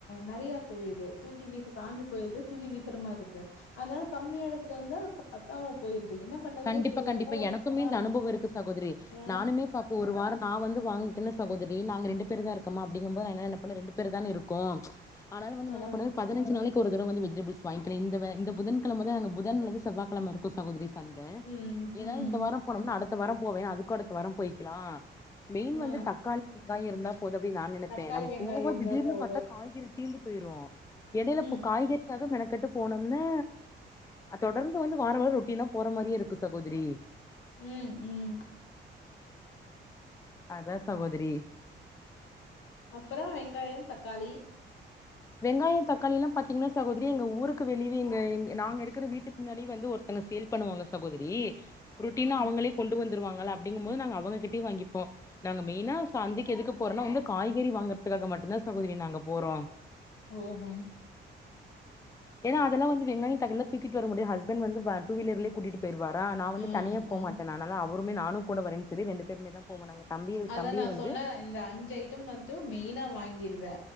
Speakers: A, on the left (about 80°); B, on the left (about 15°).
A: நெறைய போயிடுது தூக்கி வீசு காஞ்சு போயிருது தூக்கி விசுற மாரிருக்கு அத்னால கம்மியா எடுத்துட்டு வந்து அதுக்கு பத்தாம போயிடுது என்ன பண்றதுனே
B: கண்டிப்பா
A: தெரியாம
B: கண்டிப்பா எனக்குமே
A: ஆ
B: இந்த அனுபவு இருக்கு சகோதரி
A: ஆ
B: நானுமே பாப்பே ஒரு வார நா வந்து வாங்கிட்டன்னா சகோதரி நாங்க ரெண்டு பேரு தா இருக்கமா அப்டிங்கம்போத் நா என்ன என்ன பண்ண ரெண்டு பேருதானே இருக்கோம் அதனால வந்து
A: ஆ
B: என்ன பண்ணுவ பதினஞ்சு நாளைக் கு ஒரு தட வந்து வெஜிடபிள்ஸ் வாய்ங்கின இந்த வ இந்த புதன்கெழமதா அங்க புதன்லந்து செவ்வாக்கெழம இருக்கு சகோரி த
A: ம்
B: எதாது
A: ம்
B: இந்த வாரம் போனோம்னா அடுத்த வாரம் போவே அதுக்கு அடுத்த வாரம் போயிக்கலா மெயின்
A: ஆ
B: வந்து தக்காளி வெங்காய இருந்தா போது அப்டி நா நெனைப்பே
A: தக்காளி
B: நம்ம
A: வெங்காயோ
B: போவோ
A: இருந்தா
B: திடீர்னு
A: போது
B: பாத்தா காய்கறி தீந்து போயிரு எடையில
A: ம்
B: இப்போ காய்கறி க்காக மெனக்கெட்டு போனோம்னா அ தொடர்ந்து வந்து வார வார ரொட்டீனா போற மாரியே இருக்கு சகோதரி
A: ம் ம்
B: அதா சகோதரி
A: அப்பறோ வெங்காய தக்காளி
B: வெங்காய தக்காளில்லா பாத்தீங்கன்னா சகோதரி எங்க ஊருக்கு வெளிவே எங்க எ நாங்க இருக்கிற வீட்டுக் முன்னாடி வந்து ஒருத்தங்க சேல் பண்ணுவாங்க சகோதரி ருட்டினா
A: ம்
B: அவங்களே கொண்டு வந்துருவாங்கள அப்படிங்கும்போது நாங்க அவங்க கிட்டயே வாங்கிப்போ நாங்க மெயின்னா சந்தைக்கு எதுக்கு போறனா வந்து காய்கறி வாங்கறதுக்காக மட்டுந்தா சகோதரி நாங்க போறோ
A: ஒ ஒ
B: ஏனா அதெல்லா வந்து வெங்காய தக்காளில்லா தூக்கிட்டு வர முடியாது ஹஸ்பன் வந்து ப டூ வீலர்லே கூட்டிட்டு போய்டுவாரா நா வந்து
A: ம்
B: தனியா போ
A: ம்
B: மாட்டே நானல்லா அவருமே நானு கூட வரேன் சொல்லி ரெண்டு பேருமே தா போவோ நாங்க தம்பிய
A: அதா
B: தம்பிய
A: நா
B: வந்து
A: சொன்ன இந்த அஞ்சு ஐட்டம் மட்டு மெயினா வாங்கிருவே